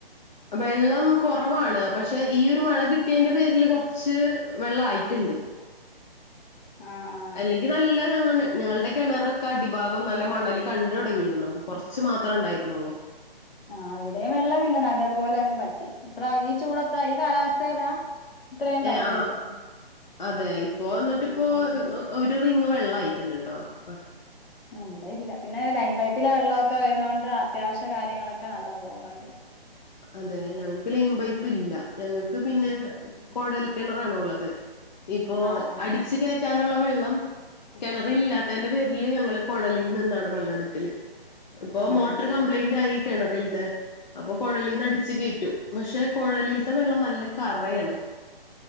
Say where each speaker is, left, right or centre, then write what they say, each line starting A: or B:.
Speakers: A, on the left; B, on the left.
A: വെള്ളം കൊറവാണ് പക്ഷെ ഈ ഒരു മഴ കിട്ടിയന്റെ പേരില് കുറച്ച് വെള്ളായിട്ടുണ്ട്.
B: ആ ആ
A: അല്ലെങ്കിൽ നല്ലതങ്ങനെ- ഞങ്ങളുടെ കെണറൊക്കെ അടിഭാഗം നല്ല മണ്ണൽ കണ്ട് തൊടങ്ങിയിരുന്നു. കൊറച്ചു മാത്രേ ഉണ്ടായിരുന്നൊള്ളൂ.
B: ആഹ് ഇവിടെയും വെള്ളവില്ല. നല്ലതുപോലെ അങ്ങ് വറ്റി. ഇപ്പോ പ്ര ഈ ചൂടത്ത് ഈ കാലാവസ്ഥയിലാ ഇത്രയും പറ്റിയത്
A: ഏഹ് ആഹ് അതെ ഇപ്പോ എന്നിട്ട്
B: ഉം
A: ഇപ്പോ ഒരു റിംഗ് വെള്ളം ആയിട്ടുണ്ടുട്ടോ ഇപ്പ-
B: ഇവിടെ ഇല്ല പിന്നെ ലൈൻ പൈപ്പിലെ വെള്ളമൊക്കെ വരുന്നോണ്ട് അത്യാവശ്യ കാര്യങ്ങളൊക്കെ നടന്നു പോകുന്നൊണ്ട്.
A: അതെ ഞങ്ങൾക്ക് ലൈൻ പൈപ്പ് ഇല്ല. ഞങ്ങൾക്ക് പിന്നെ കൊഴൽ കെണറാണുള്ളത്. ഇപ്പോ
B: ആഹ്
A: അടിച്ചു കയറ്റാനുള്ള വെള്ളം. കെണറില്ലാത്തന്റെ പേരില് ഞങ്ങള് കൊഴലിൽ നിന്നാണ് വെള്ളം എടുക്കല്. ഇപ്പൊ
B: ആഹ് ആഹ്
A: മോട്ടോർ കംപ്ലൈന്റ് ആയി കെണറിലത്തെ. അപ്പൊ കൊഴൽ അടിച്ചു കേറ്റും. പക്ഷെ കൊഴലിൽത്തെ വെള്ളം നല്ല കറയാണ്.